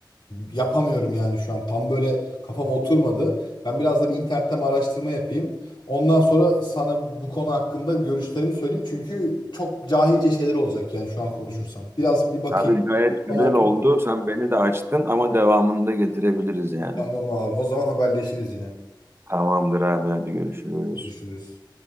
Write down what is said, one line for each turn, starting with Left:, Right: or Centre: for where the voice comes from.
Left: yapamıyorum yani şu an. Tam böyle kafama oturmadı. Ben biraz da bir internetten araştırma yapayım. Ondan sonra sana bu konu hakkında görüşlerimi söyleyeyim. Çünkü çok cahilce şeyler olacak yani şu an konuşursam. Biraz bir bakayım.
Right: Abi gayet güzel
Left: Ama otur.
Right: oldu. Sen beni de açtın ama devamını da getirebiliriz yani.
Left: Tamam abi. O zaman haberleşiriz yine.
Right: Tamamdır abi hadi görüşürüz.
Left: Görüşürüz.